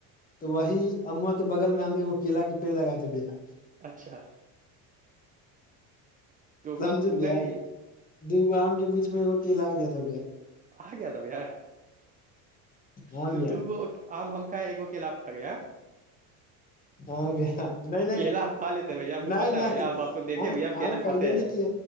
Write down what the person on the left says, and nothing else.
تو وہی اموا کے بغل میں ہم کیلا کے پیڑ لگائے تو بیا
سمجھے
بھیا
دو گو آم کے بیچ میں کیلا آ گیا تھا پا
ہاں
بھیا
ہاں ب نہیں نہیں
نہیں
نہیں
آم
کہے نہیں
کہ